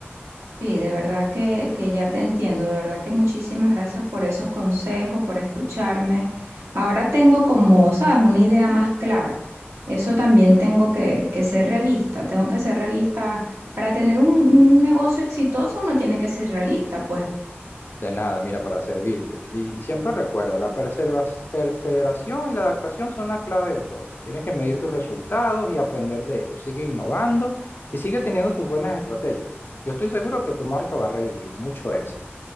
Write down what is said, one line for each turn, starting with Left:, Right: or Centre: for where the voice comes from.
Right: Sí, de verdad que, que ya te entiendo, de verdad que muchísimas gracias por esos consejos, por escucharme. Ahora tengo como, sabes, una idea más clara. Eso también tengo que, que ser realista, tengo que ser realista. Para tener un, un negocio exitoso uno tiene que ser realista, pues.
Left: De nada, mira, para servirte. Y siempre recuerda, la persevera- perseveración y la adaptación son la clave de todo. Tienes que medir tus resultados y aprender de ellos. Sigue innovando y sigue teniendo tus buenas estrategias. Yo estoy seguro que tu marca va a revivir. Mucho éxito.